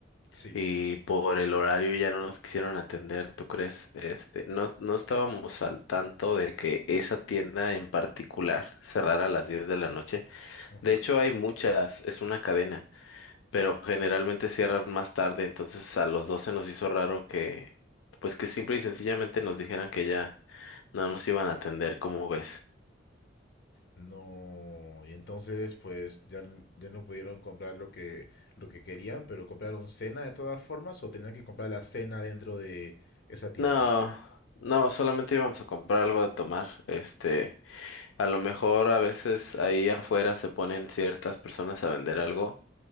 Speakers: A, on the left; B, on the left.
A: Sí.
B: y por el horario ya no nos quisieron atender, ¿tú crees? Este, no no estábamos al tanto de que esa tienda en particular cerrara a las 10 de la noche.
A: ujú.
B: De hecho, hay muchas, es una cadena. pero generalmente cierran más tarde, entonces a los dos se nos hizo raro que, pues que simple y sencillamente nos dijeran que ya no nos iban a atender, ¿cómo ves?
A: No, y entonces pues ya, n- ya no pudieron comprar lo que lo que querían, pero compraron cena de todas formas o tenían que comprar la cena dentro de esa tienda.
B: No, no, solamente íbamos a comprar algo de tomar, este, a lo mejor a veces ahí afuera se ponen ciertas personas a vender algo